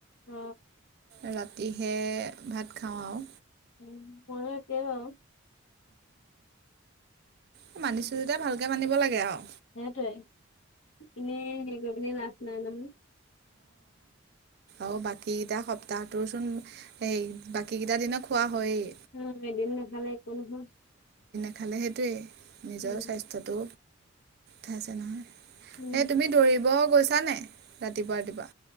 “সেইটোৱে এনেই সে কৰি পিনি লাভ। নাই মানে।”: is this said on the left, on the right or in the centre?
Left